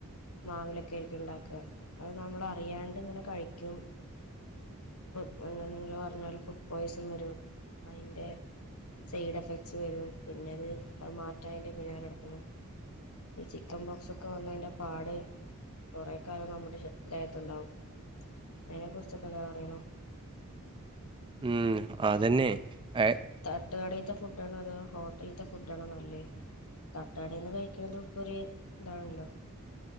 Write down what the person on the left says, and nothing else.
മാവിലൊക്കെ ആരിക്കും ഉണ്ടാക്കുക അത് നമ്മള് അറിയാണ്ട് ഇങ്ങനെ കഴിക്കും. ഫ് നിങ്ങള് പറഞ്ഞോലെ ഫുഡ് പോയ്സൺ വരും അയ്ന്റെ സൈഡ് എഫക്ട്സ് വരും പിന്നെ അത് അത് മാറ്റാനതിൻ്റെ പിന്നാലെ നടക്കണം. ഈ ചിക്കൻ ബോക്സ് ഒക്കെ വന്നതിന്റെ പാട് കുറെ കാലം നമ്മുടെ ശ ദേഹത്തുണ്ടാവും അതിനെ കുറിച്ചൊക്കെ എന്താ പറയണോ?
തട്ടുകടത്തെ ഫുഡാണോ അതോ ഹോട്ടലിത്തെ ഫുഡാണോ നല്ലേ തട്ടു കടയിന്ന് കഴിക്കണത് ഇപ്പം ഒരു ഇതാണല്ലോ?